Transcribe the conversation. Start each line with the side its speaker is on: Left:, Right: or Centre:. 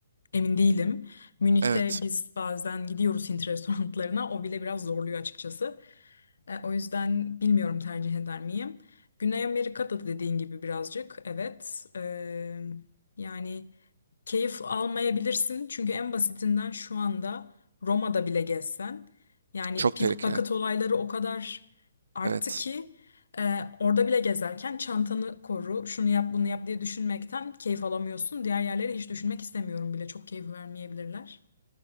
Left: emin değilim. Münih'te
Right: Evet.
Left: biz bazen gidiyoruz Hint <laughs> restoranlarına. O bile biraz zorluyor açıkçası. E, o yüzden bilmiyorum tercih eder miyim. Güney Amerika'da da dediğin gibi birazcık. Evet. E, yani keyif almayabilirsin. Çünkü en basitinden şu anda Roma'da bile gezsen. Yani
Right: Çok
Left: pickpocket
Right: tehlikeli.
Left: olayları o kadar arttı
Right: Evet.
Left: ki. Ee, orada bile gezerken çantanı koru, şunu yap, bunu yap diye düşünmekten keyif alamıyorsun. Diğer yerleri hiç düşünmek istemiyorum bile. Çok keyif vermeyebilirler.